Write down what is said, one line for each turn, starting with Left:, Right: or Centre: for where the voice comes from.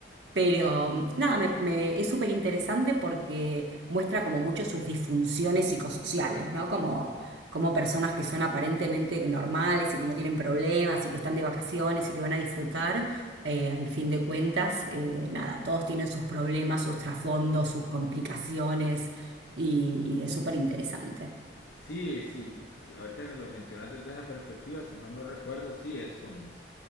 Right: pero mm, nada, me, me- es súper interesante porque muestra como mucho sus disfunciones psicosociales, ¿no? Como, como personas que son aparentemente normales y que no tienen problemas y que están de vacaciones y que van a disfrutar, eh, al fin de cuentas, eh, nada, todos tienen sus problemas, sus trasfondos, sus complicaciones y, y es súper interesante.
Left: Sí, sí, sí, ahorita que lo mencionaste desde esa perspectiva, si mal no recuerdo, sí, es como